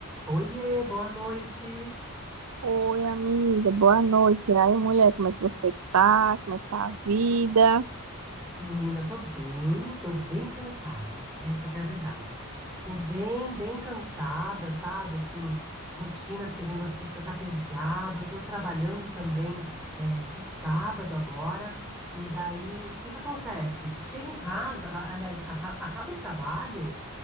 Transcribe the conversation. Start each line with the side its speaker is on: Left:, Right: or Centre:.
Centre: Oiê, boa noite.
Right: Oi, amiga, boa noite. E aí, mulher, como é que você tá? Como é que tá a vida?
Centre: Menina, tô bem, tô bem cansada. Essa que é a verdade. Tô bem, bem cansada, sabe? Assim, rotina segunda a sexta tá pesado. Tô trabalhando também é, de sábado agora. E daí, o que que acontece? Chego em casa, a- aliás, aca- acaba o trabalho.